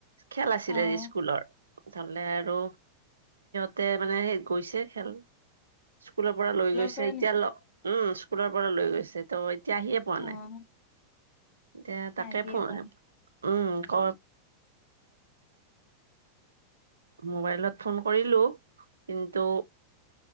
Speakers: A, on the right (about 70°); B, on the left (about 40°).
A: খেল আছিলে
B: অ',
A: স্কুলৰ তহলে আৰু তাতে মানে সেই গৈছে খেল স্কুলৰ পৰা লৈ গৈছে
B: পৰা
A: এতিয়া
B: নিছে
A: উম, স্কুলৰ পৰা লৈ গৈছে ত' এতিয়া আহিয়ে পোৱা
B: অ',
A: নাই। এতিয়া তাকে
B: আহিয়ে
A: ফ
B: পাম
A: উম, ক মোবাইলত ফোন কৰিলো কিন্তু